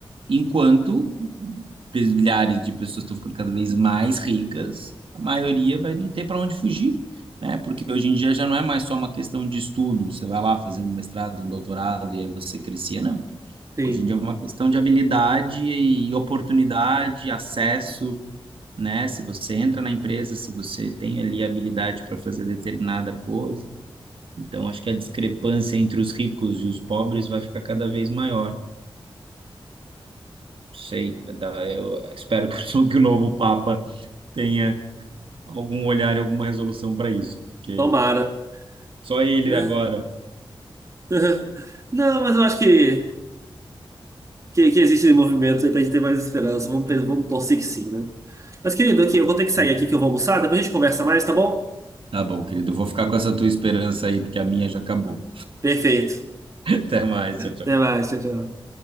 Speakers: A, on the right; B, on the right.
A: Enquanto milhares de pessoas estão ficando cada vez mais ricas, a maioria vai não ter para onde fugir, né? Porque hoje em dia já não é mais só uma questão de estudo, você vai lá fazer um mestrado, um doutorado e aí você crescia, não.
B: sim.
A: Hoje em dia é uma questão de habilidade e oportunidade, acesso, né? Se você entra na empresa, se você tem ali habilidade para fazer determinada coisa. Então, acho que a discrepância entre os ricos e os pobres vai ficar cada vez maior. sei, da- eu espero que o <laughs> que o novo Papa tenha algum olhar e alguma resolução para isso, porque
B: Tomara.
A: só ele
B: É.
A: agora.
B: <laughs> Não, mas eu acho que, que, que existe movimento aí pra gente ter mais esperança. Vamos, ter- vamos torcer que sim, né? Mas, querido, aqui, eu vou ter que sair
A: É,
B: aqui que eu vou almoçar, depois a gente conversa mais, tá bom?
A: Tá bom, querido, eu vou ficar com essa tua esperança aí, porque a minha já acabou.
B: Perfeito.
A: <laughs> Até mais, tchau.
B: Até mais, tchau, tchau.